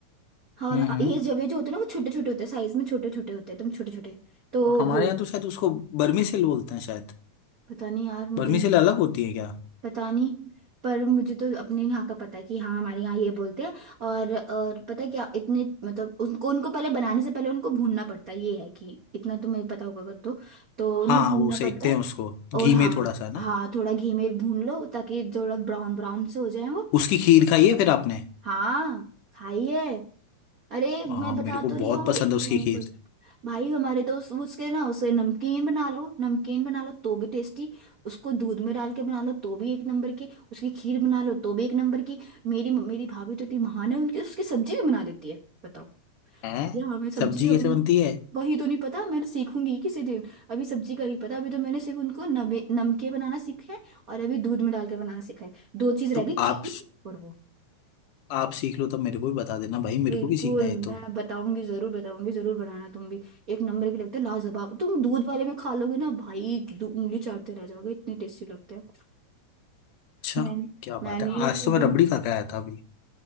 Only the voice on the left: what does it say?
हम्म हम्म
हमारे
यहाँ तो शायद उसको बर्मी सेल बोलते हैं शायद
बर्मी
सेल अलग होती है क्या
हाँ
वो सेकते
हैं उसको घी
में थोड़ा सा ना
उसकी खीर खाई है फिर आपने
हाँ
मेरे को
बहुत
पसंद
है उसकी
खीर
है
सब्जी
कैसे बनती है
तो
आप
आप सीख लो तब मेरे को भी बता देना भाई मेरे
को भी सीखना है ये
तो
अच्छा
क्या
बात है
आज तो मैं
रबड़ी खा के आया था अभी